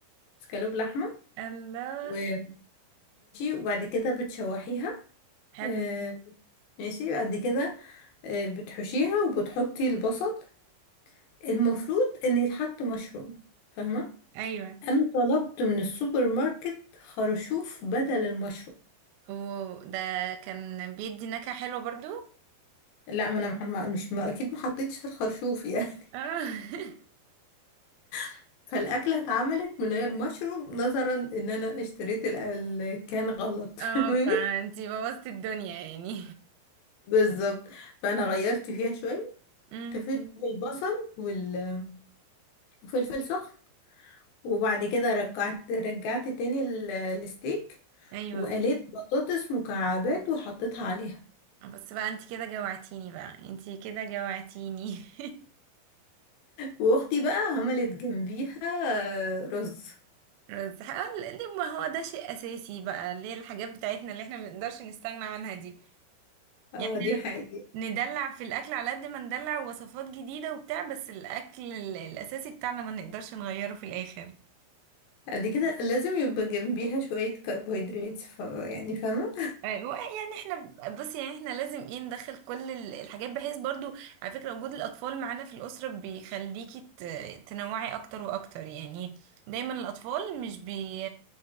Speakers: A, on the left (about 75°); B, on the right (about 80°).
A: اسكالوب لحمة
B: الله
A: وماشي وبعد كده بتشوحيها
B: حلو
A: آه، ماشي بعد كده آه، بتحشيها وبتحطي البصل المفروض ان يتحط مشروم فاهمة
B: ايوه
A: انا طلبت من السوبر ماركت خرشوف بدل المشروم
B: وده كان بيدي نكهة حلوة برضو
A: لا ما انا محم- مش ما اكيد ما حطيتش الخرشوف يعني
B: اه
A: <laughs> فالاكله اتعملت من غير مشروم نظرا ان انا اشتريت ال- ال- كان غلط
B: <laughs>
A: <laughs> فاهماني
B: اه فانتي بوظتي الدنيا يعني
A: بالظبط فانا غيرت فيها شويه
B: <laughs> امم
A: اكتفيت بالبصل وال- وفلفل سخن وبعد كده رجعت رجعت تاني ال- الستيك
B: ايوه
A: وقليت بطاطس مكعبات وحطيتها عليها
B: بس بقى انت كده جوعتيني بقى انت كده جوعتيني <laughs>
A: واختي بقى عملت جنبيها آه، رز
B: رز حقل- ليه ما هو ده شيء اساسي بقى ليه الحاجات بتاعتنا اللي احنا ما بنقدرش نستغنى عنها دي
A: اه
B: يعني
A: دي حقيقة
B: ندلع في الاكل على قد ما ندلع وصفات جديده وبتاع بس الاكل ال- الاساسي بتاعنا ما نقدرش نغيره في الاخر
A: دي كده لازم يبقى جنبيها شوية كربوهيدرات ف... يعني فاهمة
B: أيوة، يعني احنا بص يعني احنا لازم ايه ندخل كل ال- الحاجات بحيث برضو على فكره وجود الاطفال معانا في الاسره بيخليكي ت- تنوعي اكتر واكتر يعني دايما الاطفال مش بي